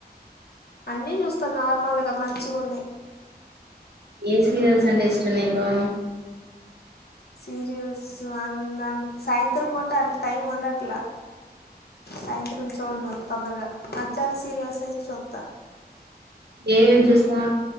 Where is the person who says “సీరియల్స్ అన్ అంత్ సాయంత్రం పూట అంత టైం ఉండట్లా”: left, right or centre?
Left